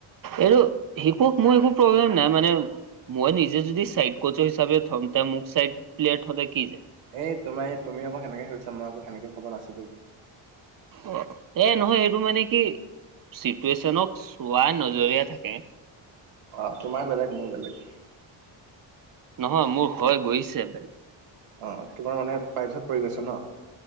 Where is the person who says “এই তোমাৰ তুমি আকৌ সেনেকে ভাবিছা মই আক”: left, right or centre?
Right